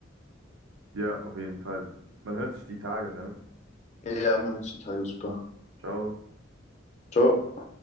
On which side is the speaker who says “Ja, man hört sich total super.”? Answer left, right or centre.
Left